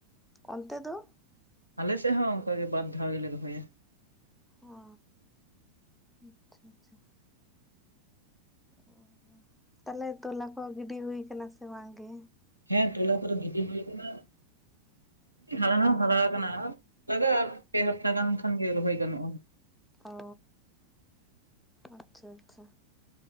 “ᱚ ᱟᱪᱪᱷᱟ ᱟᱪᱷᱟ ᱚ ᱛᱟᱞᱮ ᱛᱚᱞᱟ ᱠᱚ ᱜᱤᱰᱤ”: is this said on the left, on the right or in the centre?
Centre